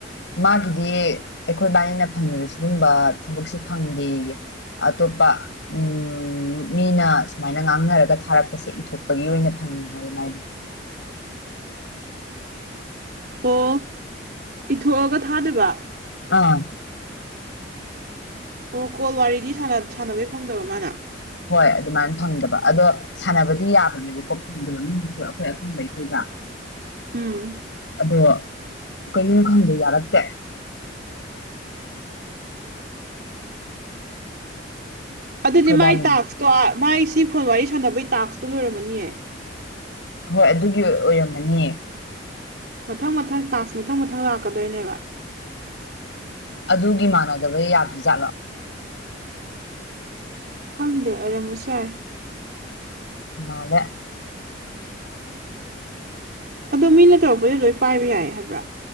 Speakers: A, on the left (about 75°); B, on the right (about 60°).
A: ꯃꯥꯒꯤꯗꯤ ꯑꯩꯈꯣꯏ ꯕꯥꯏꯅꯤꯅ ꯐꯪꯉꯤꯕ ꯁꯤꯒꯨꯝꯕ ꯊꯕꯛꯁꯤ ꯐꯪꯗꯦ ꯑꯇꯣꯞꯄ ꯎ ꯃꯤꯅ ꯁꯨꯃꯥꯏꯅ ꯉꯥꯡꯅꯔꯒ ꯊꯥꯔꯛꯄꯁꯦ ꯏꯊꯣꯛꯄꯒꯤ ꯑꯣꯏꯅ ꯐꯪꯉꯦ ꯍꯥꯏꯌꯦ ꯃꯥꯗꯤ
B: ꯑꯣ ꯏꯊꯣꯛꯑꯒ ꯊꯥꯗꯣꯏꯕ
A: ꯑꯥ
B: ꯑꯣ ꯀꯣꯜ ꯋꯥꯔꯤꯗꯤ ꯁꯥꯟꯅꯕꯩ ꯐꯪꯗꯕ ꯃꯥꯅ
A: ꯍꯣꯏ ꯑꯗꯨꯃꯥꯏꯅ ꯐꯪꯗꯕ ꯑꯗꯣ ꯁꯥꯟꯅꯕꯗꯤ ꯌꯥꯕꯅꯦꯕꯀꯣ ꯐꯪꯗꯕ ꯃꯤꯒꯤꯁꯨ ꯑꯩꯈꯣꯏ ꯑꯐꯨꯝꯕ ꯑꯩꯈꯣꯏꯒ
B: ꯎꯝ
A: ꯑꯗꯣ ꯀꯩꯌꯨꯝ ꯈꯪꯗ ꯌꯥꯔꯛꯇꯦ ꯑꯩꯈꯣꯏꯕꯥꯅꯤꯅ
B: ꯑꯗꯨꯗꯤ ꯃꯥꯏ ꯇꯥꯛꯁꯇꯣ ꯃꯥꯏ ꯁꯤ ꯐꯣꯟ ꯋꯥꯔꯤ ꯁꯥꯟꯅꯕꯒꯤ ꯇꯥꯛꯁꯇꯣ ꯂꯣꯏꯔꯝꯃꯅꯤꯌꯦ
A: ꯍꯣꯏ ꯑꯗꯨꯒꯤ ꯑꯣꯏꯔꯝꯃꯅꯤꯌꯦ
B: ꯃꯊꯪ ꯃꯊꯪ ꯇꯥꯛꯁ ꯃꯊꯪ ꯃꯊꯪ ꯂꯥꯛꯀꯗꯣꯏꯅꯦꯕ
A: ꯑꯗꯨꯒꯤ ꯃꯥꯟꯅꯗꯕ ꯌꯥꯗ꯭ꯔꯖꯥꯠꯂꯣ
B: ꯈꯪꯗꯦ ꯑꯣꯏꯔꯝꯕꯁꯨ ꯌꯥꯏ
A: ꯃꯥꯂ
B: ꯑꯗꯣ ꯃꯤꯅ ꯇꯧꯔꯛꯄꯗꯤ ꯂꯣꯏ ꯄꯥꯏꯕ ꯌꯥꯏ ꯍꯥꯏꯕ꯭ꯔꯥ